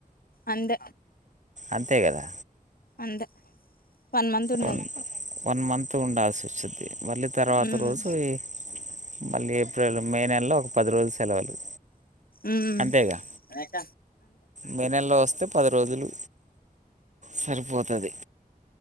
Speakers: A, on the left; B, on the right.
A: అంద
B: అంతే కదా
A: అంతే మంత్ ఉండాలి
B: వన్ వన్ మంత్ ఉండాల్సి వస్తుంది మళ్ళీ తర్వాత
A: మ్మ్
B: రోజు ఈ మళ్ళీ ఏప్రిల్ మే న లో ఒక పది రోజులు సెలవులు
A: ఉమ్
B: అంతేగా
A: లేక
B: మే నెలలో వస్తే పది రోజులు సరిపోతది